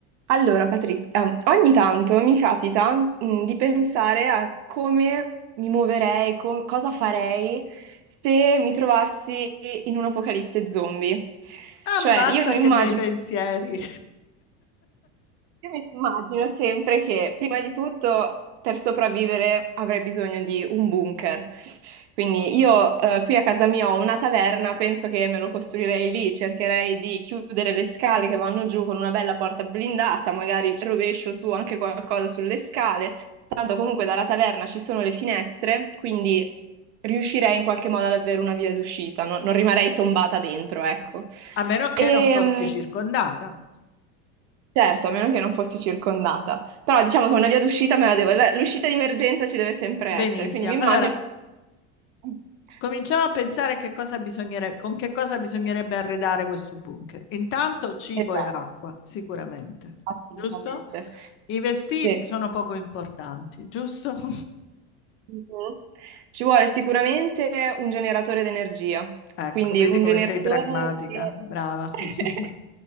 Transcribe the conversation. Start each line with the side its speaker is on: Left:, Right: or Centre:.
Right: Allora, Patrizia, ogni tanto mi capita, mh, di pensare a come mi muoverei, co- cosa farei se mi trovassi in un'apocalisse zombie.
Left: Ammazza
Right: Cioè, io mi
Left: che
Right: immagino...
Left: bei pensieri,
Right: Io mi immagino sempre che prima di tutto per sopravvivere avrei bisogno di un bunker. Quindi io eh, qui a casa mia ho una taverna, penso che me lo costruirei lì, cercherei di chiudere le scale che vanno giù con una bella porta blindata, magari rovescio su anche qualcosa sulle scale. Tanto comunque dalla taverna ci sono le finestre, quindi riuscirei in qualche modo ad avere una via d'uscita, no- non rimarei tombata dentro, ecco.
Left: a meno che
Right: Ehm,
Left: non fossi circondata.
Right: Certo, a meno che non fossi circondata. Però diciamo che una via d'uscita me la devo... la- L'uscita di emergenza ci deve sempre
Left: Benissimo.
Right: essere, quindi mi
Left: Allora,
Right: immagino... <laughs>
Left: cominciamo a pensare che cosa bisognere- con che cosa bisognerebbe arredare questo bunker. Intanto cibo
Right: Esatto,
Left: e acqua, sicuramente,
Right: assolutamente.
Left: giusto? I vestiti
Right: Sì.
Left: sono poco importanti, giusto? <laughs>
Right: Mhm. Ci vuole sicuramente un generatore d'energia,
Left: Ecco,
Right: quindi
Left: vedi
Right: un
Left: come
Right: generatore
Left: sei pragmatica,
Right: che...
Left: brava.
Right: <laughs>
Left: <laughs>